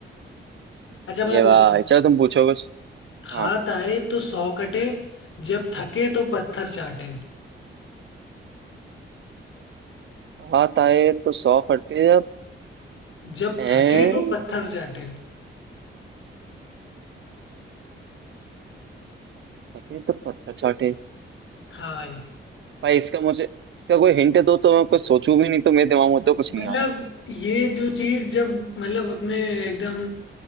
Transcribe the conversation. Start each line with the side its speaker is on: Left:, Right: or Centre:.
Left: अच्छा मैं
Right: ये
Left: पूछता
Right: भाई
Left: हूँ
Right: चलो तुम पूछो कुछ
Left: हाथ
Right: हाँ
Left: आए तो सौ कटे जब थके तो पत्थर चाटे
Right: हाथ आए तो सौ फटे जब
Left: जब
Right: हैं
Left: थके तो पत्थर चाटे
Right: थके तो पत्थर चाटे
Left: हाँ भाई
Right: भाई इसका मुझे इसका कोई हिंट दो तो मैं कुछ सोचूं भी नहीं तो मेरे दिमाग में तो कुछ नहीं
Left: मतलब
Right: आ रहा
Left: ये जो चीज जब मतलब अपने एकदम